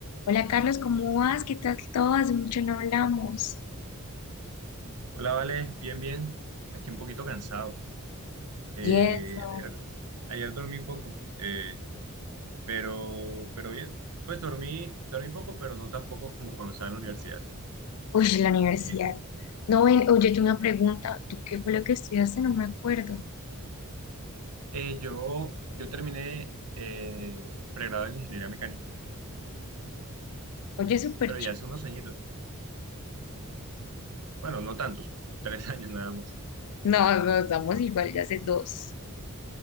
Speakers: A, on the left (about 80°); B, on the right (about 85°).
A: Hola Carlos, ¿cómo vas? ¿Qué tal todo? Hace mucho no hablamos.
B: Hola, Vale, bien, bien. Aquí un poquito cansado. Eh,
A: Y eso.
B: ayer, ayer dormí poco, eh, pero, pero bien. Pues dormí, dormí poco, pero no tan poco como cuando estaba en la universidad.
A: Uy, la universidad.
B: Eh,
A: No, ven, oye, yo una pregunta. ¿Tú qué fue lo que estudiaste? No me acuerdo.
B: eh, yo, yo terminé eh, pregrado en ingeniería mecánica,
A: Oye, súper
B: pero
A: chido.
B: ya hace unos añitos. Bueno, no tantos, tres <laughs> años nada más.
A: No, no, estamos igual, ya hace dos.